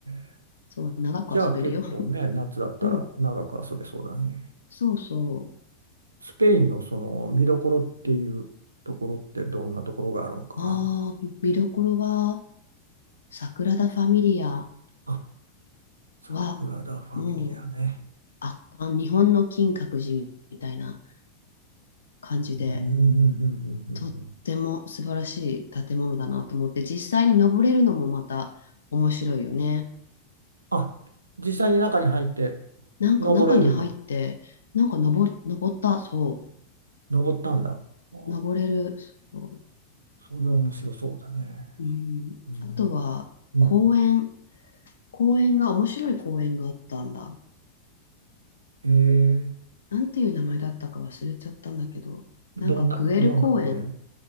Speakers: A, on the right; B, on the left.
A: え、
B: そう、長く遊べるよ。
A: じゃあ結構ね、夏だったら長く遊べそうだね。
B: うん、そうそ
A: スペインのその見どころっていうところってどんなところがあるんかな。
B: う。ああ、見どころは、サグラダ・ファミリア
A: あ、サグラダ・
B: は、
A: ファミリアね。
B: もう圧巻、日本の金閣寺みたいな感じで、
A: うんうんうんうんうん
B: とっても素晴らしい建物だなと思って、
A: うん
B: 実際に登れるのもまた面白いよね。
A: あ、実際に中に入って
B: なんか中に入って、
A: 登れるの。
B: なんか登、登った、そ
A: 登ったんだ。ああ、
B: う、登れる、そ
A: それは面白そうだね。
B: う、うん。
A: うん。
B: あとは、
A: うん。
B: 公園、公園が、面白い公園があったんだ。
A: えー、
B: なんていう名前だったか忘れちゃったんだけど、
A: どんな、
B: なんかグエル公園、
A: どんな公園